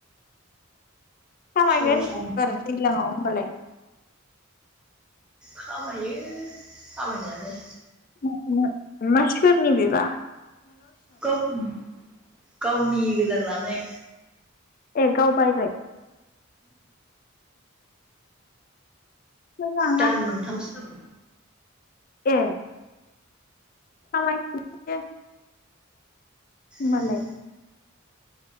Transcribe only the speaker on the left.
खामायगोन
आरो दैज्लांआव। मालाय।
<unintelligible> मा सोरनि बिबा?
ए गाव बायबाय? मोजांना
ए खामाय <unintelligible> होनबालाय।